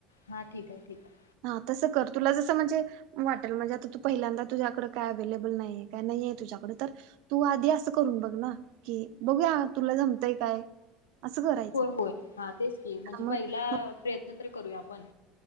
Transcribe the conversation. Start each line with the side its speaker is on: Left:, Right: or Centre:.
Left: हा, ठीक आहे ठीक आहे
Right: हा तसं कर तुला ज स म्हणजे वाटेल म्हणजे आता तू पहिल्यांदा तुझ्याकड काय अवलेबल नाही काय, नाही तु्झ्याकड तर तू आधी असं करून बघ ना की बघूया तुला जमतंय. काय असं करायचं
Left: होय-होय हा तेच की म्हणजे
Right: मग
Left: पहिला प्रयत्न तरी करूया आपण.